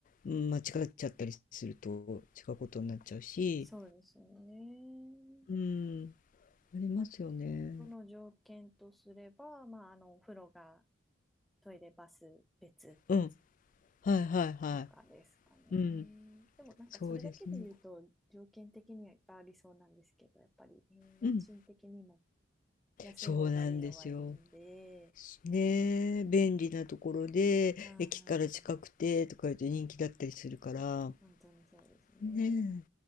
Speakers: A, on the left; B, in the centre.
A: うん間違っちゃったりすると違うことになっちゃうし、
B: そうですね。
A: うん、ありますよね。
B: あとの条件とすれば、まあ、あの、お風呂がトイレ、バス別
A: うん、はいはいは
B: とかですかね。
A: い。うん、
B: でもなんかそれだけで言うと条件的にはいっぱいありそうなんですけど、
A: そうですね。
B: やっぱり、えー家賃的にも
A: うん、
B: 安い方がいいのはいいんで、
A: そうなんですよ。ねえ、便利なところで、
B: は
A: 駅から近くてとか言うと人気だったりするから、
B: い。本当にそうですね。
A: ねえ、